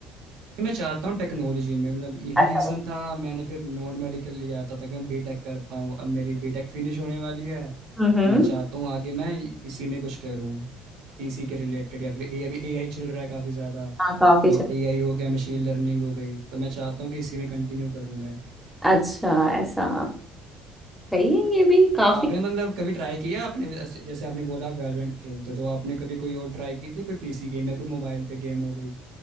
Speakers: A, on the right; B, in the centre.
A: मैं चाहता हूँ टेक्नोलॉजी में मतलब यही
B: अच्छा
A: रीज़न था मैंने फिर नॉन मेडिकल लिया था ताकि मैं बीटेक कर पाऊँ अब मेरी बीटेक फिनिश होने वाली है
B: हम्म
A: तो मैं चाहता हूँ आगे मैं इसी में कुछ करूँ पीसी के रिलेटेड या फिर ए अभी एआई चल रहा है काफ़ी ज़्यादा
B: हाँ काफी
A: तो
B: सा-
A: एआई हो गया मशीन लर्निंग हो गई तो मैं चाहता हूँ कि इसी में कंटिन्यू करूँ मैं
B: अच्छा ऐसा सही है ये भी काफी
A: आपने मतलब कभी ट्राई किया आपने जैसे जैसे आपने बोला आप वैलोरेंट खेलते हो तो आपने कभी कोई और ट्राई की थी कोई पीसी गेम या कोई मोबाइल पे गेम हो गई